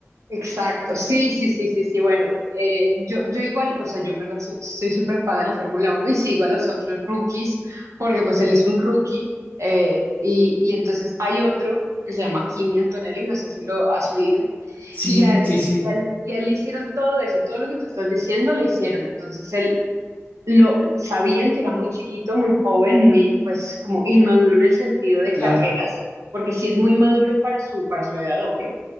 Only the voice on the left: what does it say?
Sí,
sí, sí,
claro,